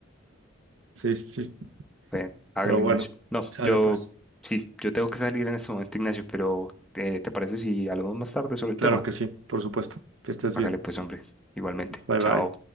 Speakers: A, on the right (about 70°); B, in the centre.
A: Sí, sí. sí.
B: Bueno, hágale,
A: Pero bueno,
B: Ignacio. No,
A: sale
B: yo
A: pues.
B: sí, yo tengo que salir en este momento, Ignacio, pero eh, ¿te parece si hablamos más tarde sobre el
A: Claro
B: tema?
A: que sí, por supuesto. Que estés
B: Hágale
A: bien.
B: pues, hombre, igualmente.
A: Bye bye.
B: Chao.